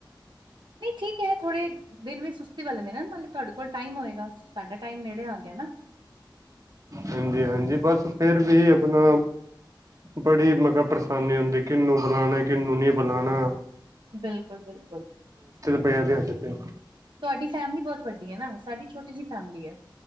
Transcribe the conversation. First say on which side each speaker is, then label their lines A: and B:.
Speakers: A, on the right; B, on the right.
A: ਨਹੀਂ ਠੀਕ ਹੈ ਥੋੜੇ ਦਿਨ ਵੀ ਸੁਸਤੀ ਵਾਲੇ ਨੇ ਨਾ ਨਾਲੇ ਤੁਹਾਡੇ ਕੋਲ ਟਾਈਮ ਹੋਏਗਾ ਸਾਡਾ ਟਾਈਮ ਨੇੜੇ ਆ ਗਿਆ ਨਾ
B: ਹਾਂਜੀ ਹਾਂਜੀ ਬਸ ਫੇਿਰ ਵੀ ਆਪਣਾ ਬੜੀ ਮੈ ਕਿਹਾ ਪਰੇਸ਼ਾਨੀ ਆਉਦੀ ਕਿਨੂੰ ਬੁਲਾਉਣਾ ਕਿਹਨੂੰ ਨਹੀਂ ਬੁਲਾਉਣਾ
A: ਬਿਲਕੁਲ ਬਿਲਕੁਲ
B: ਬੜਿਆ ਦੇ ਹੇ
A: ਤੁਹਾਡੀ ਫੈਮਿਲੀ ਬਹੁਤ ਵੱਡੀ ਹੈ ਨਾ ਸਾਡੀ ਛੋਟੀ ਜਿਹੀ ਫੈਮਿਲੀ ਹੈ